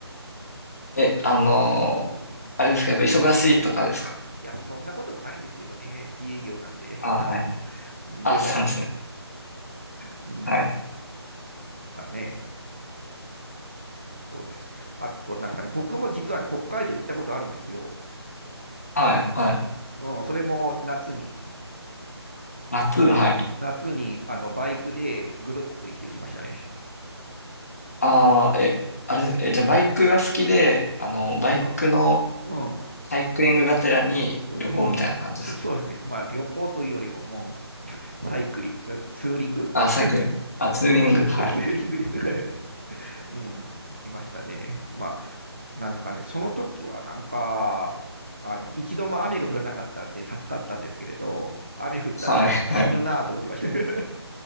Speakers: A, on the right; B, on the left.
A: うん、
B: え、あのーあれですか、
A: うんうん。
B: やっぱ忙しいとかですか
A: いや、そんなこともないんですけどね。自営業なんで。
B: ああ、はい。
A: <laughs> でも、
B: あ、そうなんですね。
A: うん、
B: はい。
A: なんかね、そうです。あと、なんですかね、僕も実はね、北海道行ったことあるんですよ。
B: はい、はい。
A: うん、それも夏に、
B: 夏、はい。
A: 夏に、あの、バイクでぐるっと一周しましたね。
B: ああ、え、あれ、え、じゃあバイクが好きで、あの、バイクの
A: ああうん、
B: サイクリングがてらに旅行みたいな感じですか
A: うん、そ、そうですね。まあ、旅行というよりも、もサイクリング、ツーリング
B: あ、
A: <laughs>
B: サイクリング。あ、ツーリング、はい。
A: ツーリングです <laughs>。うん、行きましたね。まあ、なんですかね、その時はなんか、あの、一度も雨が降らなかったんで助かったんですけれど、雨降ったら死死ぬなぁと思ってました。
B: はい、はい。
A: <laughs>